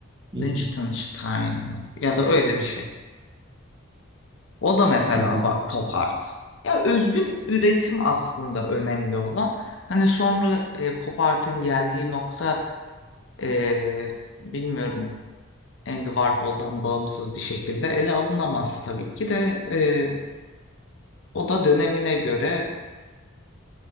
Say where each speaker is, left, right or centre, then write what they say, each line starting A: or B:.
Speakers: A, on the right; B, on the left.
A: Hı
B: Liechtenstein
A: hı,
B: mı? ya da öyle bir şey. O da mesela
A: hı hı.
B: ba- pop art. Ya özgün üretim aslında önemli olan. Hani sonra e, pop art'ın geldiği nokta e, bilmiyorum Andy Warhol'dan bağımsız bir şekilde ele alınamaz tabii ki de e, o da dönemine göre